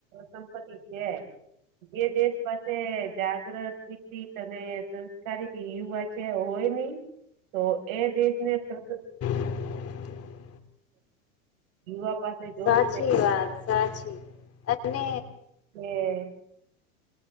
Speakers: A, on the right; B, on the left.
A: સંપતિ છે. જે દેશ પાસે જાગૃત અને સંસ્કારી યુવા હોય નહી, તો એ દેશને પ્ર
B: <unintelligible> <inaudible>
A: યુવા પાસે જોશ
B: સાચી વાત સાચી અને
A: હ